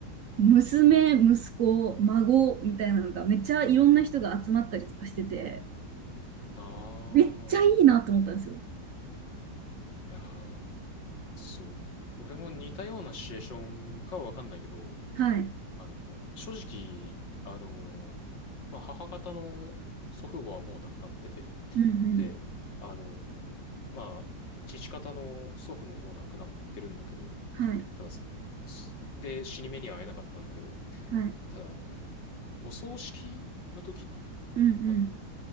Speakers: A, on the right (about 60°); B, on the left (about 85°).
A: 娘、息子、孫みたいなのがめっちゃいろんな人が集まったりとかしてて、
B: ああ、
A: めっちゃいいなと思ったんですよ。
B: いやー、そう、俺も似たようなシチュエーションかはわかんないけど、
A: はい。う
B: あの、正直、あの、まあ、母方の祖父母はもう亡くなってて、
A: んうん。
B: で、あの、まあ、父方の祖父ももう亡くなってるんだけど、
A: はい。
B: ただその、すで、死に目には会えなかったんだけど、
A: はい。
B: ただあの、お葬式の時に、
A: うんうん。
B: あの、